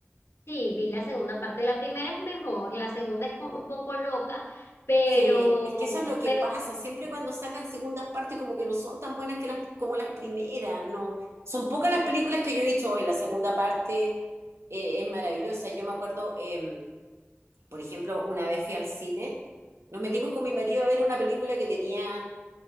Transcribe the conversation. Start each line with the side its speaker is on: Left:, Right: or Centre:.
Left: Sí, vi la segunda parte. La primera es mejor, la segunda es co- un poco loca, pero,
Right: Sí, es que eso es lo que
Left: pero
Right: pasa.
Left: <laughs>
Right: Siempre cuando sacan segundas partes, como que no son tan buenas que las, como las primeras, ¿no? Son pocas las películas que yo he dicho hoy. La segunda parte eh, es maravillosa. Yo me acuerdo, eh, por ejemplo, una vez fui al cine, nos metimos con mi marido a ver una película que tenía